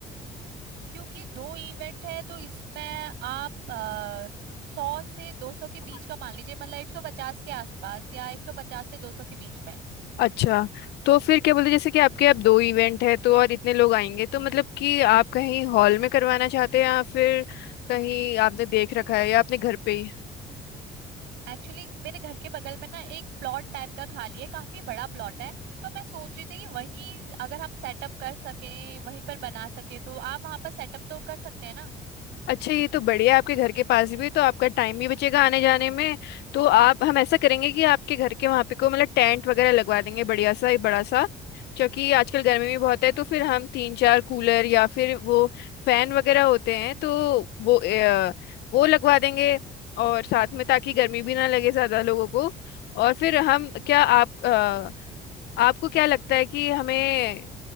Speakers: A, on the right; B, on the left.
A: क्योंकि दो इवेंट है तो इसमें आप आ, सौ से दो सौ के बीच
B: है
A: का मान लीजिए मतलब एक सौ पचास के आसपास या एक सौ पचास से दो सौ के बीच में
B: अच्छा तो फिर क्या बोलते हैं, जैसे कि आपके अब दो इवेंट है तो और इतने लोग आएंगे तो मतलब कि आप कहीं हॉल में करवाना चाहते हैं या फिर कहीं आपने देख रखा है या अपने घर पे ही
A: एक्चुअली मेरे घर के बगल में ना एक प्लॉट टाइप का खाली है काफी बड़ा प्लॉट है तो मैं सोच रही थी कि वहीं अगर हम सेटअप कर सकें वहीं पर बना सके तो आप वहां पर सेटअप तो कर सकते हैं ना
B: अच्छा ये तो बढ़िया है, आपके घर के पास भी तो आपका टाइम भी बचेगा आने जाने में तो आप हम ऐसा करेंगे कि आपके घर के वहाँ पे को मतलब टेंट वगैरह लगवा देंगे बढ़िया सा एक बड़ा सा क्योंकि आजकल गर्मी भी बहुत है तो फिर हम तीन चार कूलर या फिर वो फैन वगैरह होते हैं तो वो अ, वो लगवा देंगे और साथ में ताकि गर्मी भी ना लगे ज्यादा लोगों को और फिर हम क्या आप अ, आपको क्या लगता है कि हमें